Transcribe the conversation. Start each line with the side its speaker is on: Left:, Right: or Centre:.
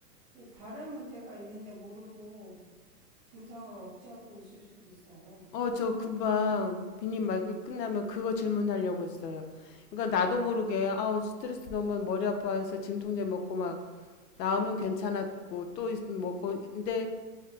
Right: 이제 다른 문제가 있는데 모르고 증상을 억제하고 있을 수도 있어요.
Left: 어, 저 금방 비님 말 끝- 끝나면 그거 질문하려고 했어요. 그러니까 나도 모르게 아우 스트레스 너무 머리 아파해서 진통제 먹고 막 나으면 괜찮았고 또 있- 먹고 근데